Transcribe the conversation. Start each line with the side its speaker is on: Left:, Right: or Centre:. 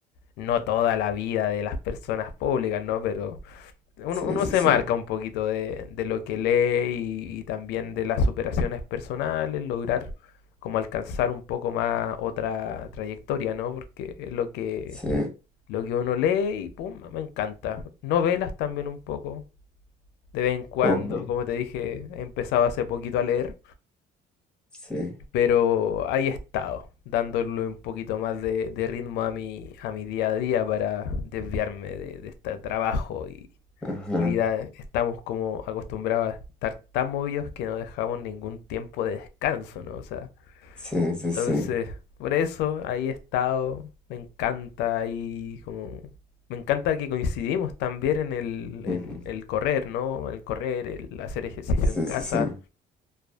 Left: no toda la vida de las personas públicas, ¿no? Pero uno,
Centre: Sí,
Left: uno
Centre: sí,
Left: se
Centre: sí.
Left: marca un poquito de, de lo que lee y, y también de las superaciones personales, lograr como alcanzar un poco más otra trayectoria, ¿no? Porque es lo que,
Centre: Sí.
Left: lo que uno lee y pum, me encanta. Novelas también un poco. De vez en cuando,
Centre: Oh,
Left: como te dije, he empezado hace poquito a leer,
Centre: sí.
Left: pero ahí he estado, dándole un poquito más de, de ritmo a mi, a mi día a día para desviarme de, de este trabajo y,
Centre: Ajá.
Left: y vida. Estamos como acostumbrados a estar tan movidos que no dejamos ningún tiempo de descanso, ¿no? O sea,
Centre: Sí, sí,
Left: entonces,
Centre: sí.
Left: por eso ahí he estado, me encanta ahí como... Me encanta que coincidimos también en el,
Centre: Ujú.
Left: en el correr, ¿no? El correr, el hacer ejercicio
Centre: Sí,
Left: en casa
Centre: sí, sí.